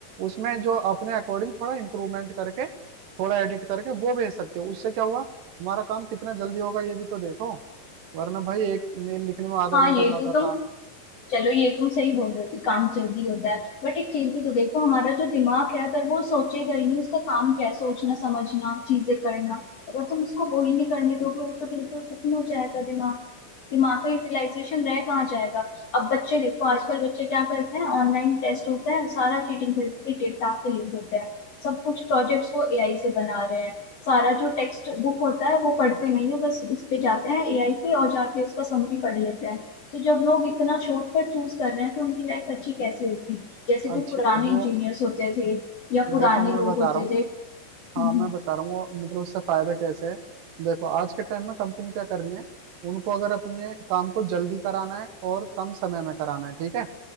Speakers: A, on the right; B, on the left.
A: उसमें जो अपने अकॉर्डिंग थोड़ा इम्प्रूवमेंट करके थोड़ा एडिट करके वो भेज सकते हो उससे क्या हुआ हमारा काम कितना जल्दी होगा ये भी तो देखो वरना भाई एक मेल लिखने में आधा
B: हाँ
A: घंटा
B: ये
A: जाता
B: तो तुम
A: था
B: चलो ये तुम सही बोल रहे हो कि काम जल्दी होता है बट एक चीज भी तो देखो हमारा जो दिमाग है अगर वो सोचेगा ही नहीं उसका काम क्या है सोचना समझना चीजें करना अगर तुम उसको वो ही नहीं करने दोगे वो तो बिल्कुल खत्म हो जाएगा दिमाग दिमाग का यूटिलाइजेशन रह कहाँ जाएगा अब बच्चे देखो आजकल बच्चे क्या करते हैं ऑनलाइन टेस्ट होता है सारा चीटिंग करके डेटा के लिख देते हैं सब कुछ प्रोजेक्ट्स वो एआई से बना रहे हैं सारा जो टेक्स्ट बुक होता है वो पढ़ते नहीं है बस उस पे जाते हैं एआई पे और जाके उसका समरी पढ़ लेते हैं तो जब लोग इतना शॉर्टकट चूज कर रहे हैं तो उनकी लाइफ अच्छी कैसे होगी जैसे
A: अच्छी
B: जो पुराने
A: वो
B: इंजीनियर्स होते थे या पुराने
A: देखो
B: लोग
A: मैं बता
B: होते
A: रहा हूँ
B: थे हम्म,
A: हाँ मैं बता रहा हूँ वो मतलब उससे फायदा कैसे है देखो आज के टाइम में कंपनी क्या कर रही है उनको अगर अपने काम को जल्दी कराना है और कम समय में कराना है ठीक है